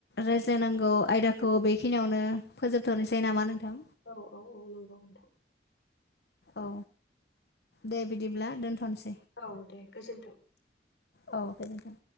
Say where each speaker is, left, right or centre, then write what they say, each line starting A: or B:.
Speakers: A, on the left; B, on the left.
A: रायज्लायनांगौ आयदाखौ बेखिनियावनो फोजोबथ'नोसै नामा नोंथां।
B: औ औ औ नोंगौ नोंथां।
A: औ दे बिदिब्ला दोनथ'नोसै।
B: औ दे गोजोन्थों।
A: औ गोजोनथों।